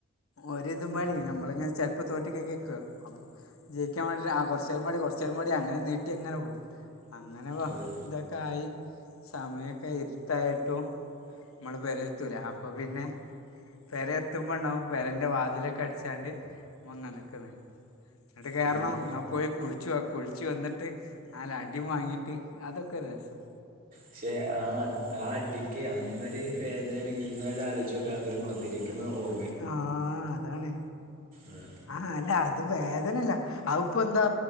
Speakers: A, on the left (about 90°); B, on the right (about 40°).
A: ഒരിതും മാരി ഞമ്മള് ഇങ്ങന ചെൽപ്പോ തോറ്റ് ക് ക്കും അപ്പം ജയിക്കാൻ വേണ്ടി ആ കൊറേച്ചോരുംപാടി കൊറേച്ചോരുംപാടി അങ്ങന നീട്ടി അങ്ങനെ പോവും. അങ്ങനെ വ
B: അതെ
A: തൊക്കെ ആയി സമയൊക്കെ ഇര്ട്ടായിട്ടും നമ്മള് പേര എത്തൂല്ലാ അപ്പ പിന്നെ പേര എത്തുമ്പാം ണ്ടാവും പേരൻ്റെ വാതിലൊക്കെ അടച്ചാണ്ട് ഉമ്മാ ഇങ്ങ് നിക്ക്ന്നോ <unintelligible> കേറണോ
B: പിന്നെ
A: ന്നാ പോയി കുൾച്ചു വാ കുൾച്ച് വന്നിട്ട് നല്ല അടിം വാങ്ങിട്ട് അതൊക്കെ ഒര് രസം
B: പക്ഷേ ആ ആ അടിക്ക് അന്നൊര് വേദനണെങ്കിൽ ഇന്ന് അത് ആലോചിചോക്കാ അതൊരു മധിരിക്കുന്ന ഓർ
A: ആഹ് അതാണ്
B: ആഹ്.
A: ആഹാ അല്ല അത് വേദനല്ലാ അത് ഇപ്പൊ എന്താ